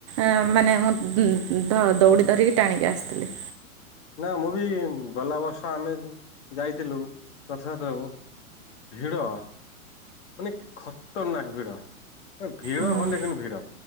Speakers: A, on the right; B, on the left.
A: ଏଁ ମାନେ ମୁଁ ଦୌଡ଼ି ଧରିକି ଟାଣିକି ଆସିଥିଲି।
B: ନା ମୁଁ ବି ଗଲା ବର୍ଷ ଆମେ ଯାଇଥିଲୁ। ରଥଯାତ୍ରାକୁ ଭିଡ, ମାନେ ଖତରନାକ୍ ଭିଡ। ଭିଡ଼
A: ହୁଁ
B: <unintelligible> ଭିଡ।